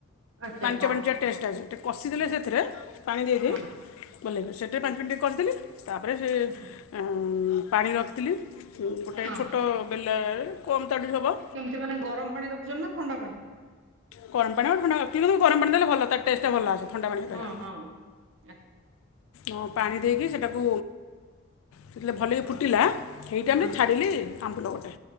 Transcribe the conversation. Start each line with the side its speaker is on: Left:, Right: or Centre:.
Right: ଆଚ୍ଛା
Left: ପାଞ୍ଚ
Right: ହଁ
Left: ମିନିଟରେ ଟେଷ୍ଟ ଆସେ ଟିକେ କଷିଦେଲେ ସେଥିରେ ପାଣି ଦେଇ ଦେଇ
Right: ହଁ
Left: ଭଲ ଲାଗିବ ସେଠିରେ ପାଞ୍ଚ ମିନିଟ୍ କଷିଦେଲି ତାପରେ ସେ
Right: ଆଚ୍ଛା
Left: ଆଁ ପାଣି ରଖିଥିଲି। ଉଁ ଗୋଟେଏ
Right: ହଁ
Left: ଛୋଟ ବେଲାରେ କମ୍ ତାଡ଼ି ହବ।
Right: କେମିତି ମାନେ ଗରମ ପାଣି ରଖୁଛନ୍ତି ନା ଥଣ୍ଡା ପାଣି?
Left: ଗରମ ପାଣି ହୋଉ ଥଣ୍ଡା କିନ୍ତୁ ଗରମ ପାଣି ଦେଲେ ଭଲ ତାର ଟେଷ୍ଟଟା ଭଲ ଆସେ। ଥଣ୍ଡା ପାଣି ଦବା
Right: ହଁ ହଁ ଆଚ୍ଛା
Left: ଅଁ ପାଣି ଦେଇକି ସେଟାକୁ ଯେତେବେଳେ ଭଲକି ଫୁଟିଲା। ସେଇ ଟାଇମ୍
Right: ହଁ
Left: ରେ ଛାଡ଼ିଲି ଆମ୍ବୁଲ ଗୋଟେ